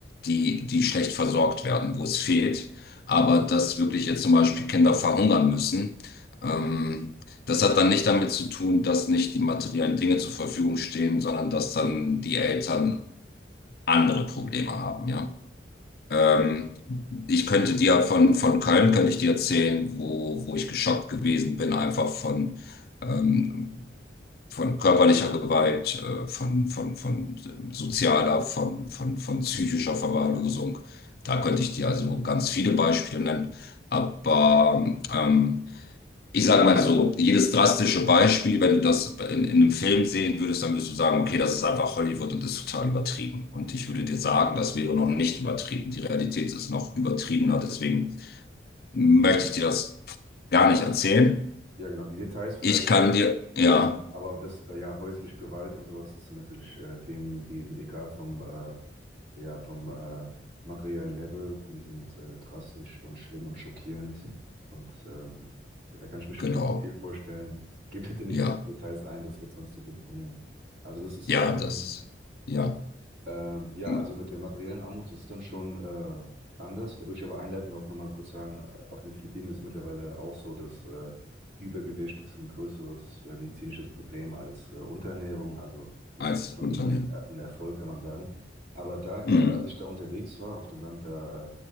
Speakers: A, on the left; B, on the right.
A: die, die schlecht versorgt werden, wo es fehlt. Aber dass wirklich jetzt zum Beispiel Kinder verhungern müssen, ähm, das hat dann nicht damit zu tun, dass nicht die materiellen Dinge zur Verfügung stehen, sondern dass dann die Eltern andere Probleme haben, ja. Ähm, ich könnte dir von, von Köln, könnte ich dir erzählen, wo, wo ich geschockt gewesen bin, einfach von, ähm, von körperlicher Gewalt, äh, von, von, von sozialer, von, von, von psychischer Verwahrlosung. Da könnte ich dir also ganz viele Beispiele nennen. Aber ähm, ich sag mal so, jedes drastische Beispiel, wenn du das in, in einem Film sehen würdest, dann würdest du sagen, okay, das ist einfach Hollywood und das ist total übertrieben. Und ich würde dir sagen, das wäre noch nicht übertrieben. Die Realität ist noch übertriebener, deswegen möchte ich dir das gar nicht erzählen.
B: Ja, genau, die Details vielleicht,
A: Ich kann dir, ja,
B: äh, aber das, äh, ja, häusliche Gewalt und sowas, das sind natürlich äh, Themen, die sind egal vom, äh, ja, vom äh, materiellen Level, die sind äh, drastisch und schlimm und schockierend und ähm, ja, da kann ich mir schon
A: genau,
B: viel zu viel vorstellen. Geh bitte nicht
A: ja,
B: auf die Details ein, das wird sonst zu deprimieren. Also das ist
A: ja,
B: ähm,
A: das, ja,
B: Ähm, ja,
A: mm,
B: also mit der materiellen Armut ist es dann schon äh, anders. Da würde ich aber einleitend auch nochmal kurz sagen, äh, auf den Philippinen ist es mittlerweile auch so, dass äh, Übergewicht ist ein größeres äh, medizinisches Problem als äh, Unterernährung. Also das
A: als
B: ist schon
A: Unternehmen.
B: ein, äh, ein Erfolg, kann man sagen. Aber da, äh,
A: Mm,
B: als ich da unterwegs war auf dem Land, da